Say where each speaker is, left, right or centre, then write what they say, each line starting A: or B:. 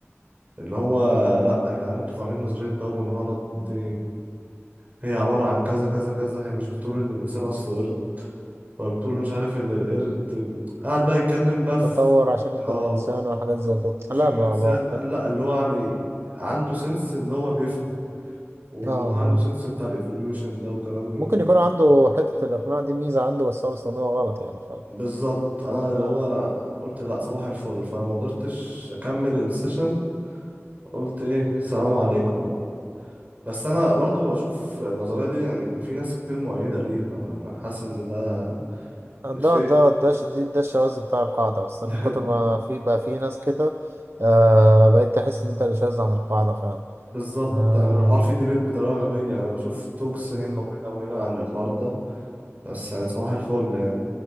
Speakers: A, on the right; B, on the right.
A: اللي هو لأ يا جدعان انتوا فاهمين نظرية داروين غلط دي هي عبارة عن كذا كذا كذا هي مش بتقول إن الإنسان أصله قرد فبتقول
B: مم.
A: مش عارف ان القرد قاعد بقى يتكلم بقى في
B: تطور عشان يكون
A: اه
B: إنسان وحاجات زي كده
A: مش
B: لا
A: يكون
B: لا
A: انسان
B: بختار
A: قال لا اللي هو يعني عنده سنس ان هو بيفهم واللي
B: آه
A: هو عنده
B: آه
A: سنس بتاع الايفوليوشن ده وكلام من
B: ممكن يكون عنده حتة الإقناع دي ميزة عنده بس هو بيستخدمها غلط يعني فاهم؟
A: بالظبط انا اللي
B: آه.
A: هو قلت لا صباح الفل فانا ما قدرتش اكمل السيشن قلت ايه السلام عليكم بقى بس انا برضو بشوف النظريه دي يعني في ناس كتير مؤيده ليها وانا حاسس ان ده شيء
B: ده ده ده ش- دي- ده الشواذ بتاع القاعدة بس
A: <laughs>
B: من كتر ما في بقى في ناس كده آه بقيت تحس إن أنت اللي شاذ عن القاعدة فعلا
A: بالظبط
B: آه
A: يعني الحوار فيه ديبيت بطريقة غبية يعني بشوف توكس هنا
B: مم.
A: وهنا وهنا عن الحوار ده بس يعني صباح الفل يعني